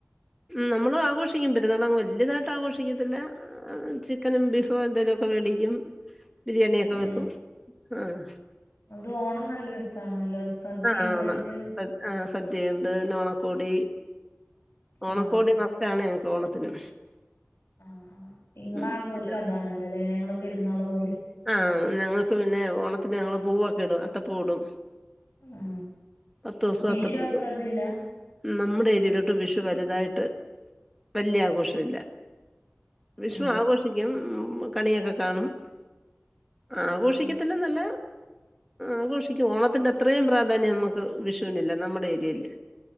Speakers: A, in the centre; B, on the left.
A: ഉം നമ്മള് ആഘോഷിക്കും പെരുന്നാളവ്ബോ വല്യതായിട്ട് ആഘോഷിക്കത്തില്ല ആഹ് ചിക്കനും ബീഫും എന്തെലൊക്കെ വേടിക്കും ബിരിയാണിയൊക്കെ
B: ഏ
A: വെക്കും ആഹ്
B: അത് ഓണം നല്ല രസാണല്ലോ സദ്യ
A: ആഹ്
B: എന്തായിട്ട്
A: ആ ആ സദ്യയുണ്ട് ഓണക്കോടി ഓണക്കോടി
B: ആഹ്
A: മസ്റ്റാണ് ഞങ്ങക്ക് ഓണത്തിന്
B: ആഹ ആഹ് നിങ്ങളെ
A: ഉം
B: ആഘോഷം
A: പിന്നെ
B: അതാണല്ലേ അല്ലെ ഞങ്ങളെ പെരുന്നാൾ പോലെ
A: ആഹ് ഞങ്ങൾക്ക് പിന്നെ ഓണത്തിന് ഞങ്ങള് പൂവൊക്കെ ഇടും അത്തപ്പൂ ഇടും
B: ആഹ്
A: പത്ത് ദിവസം
B: വിഷു
A: അത്ത പൂ
B: അത്ര
A: ഇടും
B: ഇതില്ല
A: നമ്മുടെ ഏരിയയിലോട്ട് വിഷു വലുതായിട്ട് വലിയ ആഘോഷ ഇല്ല വിഷു
B: ഏഹ്
A: ആഘോഷിക്കും കണിയൊക്കെ കാണും. ആഘോഷിക്കത്തില്ല
B: ഉം
A: നല്ല ആഘോഷിക്കും ഓണത്തിന്റെ അത്രയും പ്രാധാന്യം നമുക്ക് വിഷുവിനില്ല നമ്മുടെ ഏരിയയില്